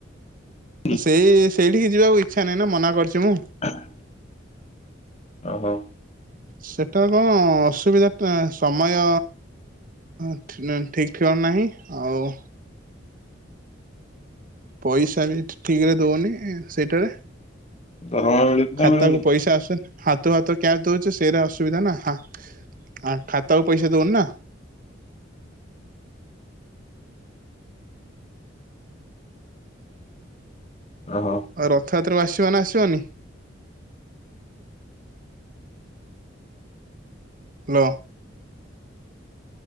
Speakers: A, on the left; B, on the right.
A: କି
B: ସେଇ ସେଇଠିକି ଯିବାକୁ ଇଚ୍ଛା ନାହିଁ ନା ମନା କରିଚି ମୁଁ।
A: ହ <inaudible> ଓହୋ।
B: ସେଟା କଣ ଅସୁବିଧା ସମୟ। ହଁ ଠିକ୍ ଠିକଣା ନାହିଁ ଆଉ ପଇସା ବି ଠିକରେ ଦଉନି ସେଇଟାରେ।
A: ଦରମା ମିଳୁଛି ନା
B: ଖାତାକୁ
A: ମିଳୁନି
B: ପଇସା ଆସୁନି ହା ତୋ ହାତକୁ କ୍ୟାସ ଦଉଚୁ ସେରା ଅସୁବିଧା ନା ହଁ ଆ ଖାତାକୁ ପଇସା ଦଉନି ନା।
A: ଓହୋ।
B: ରଥଯାତ୍ରକୁ ଆସିବ ନା ଆସିବନି। ହାଲୋ।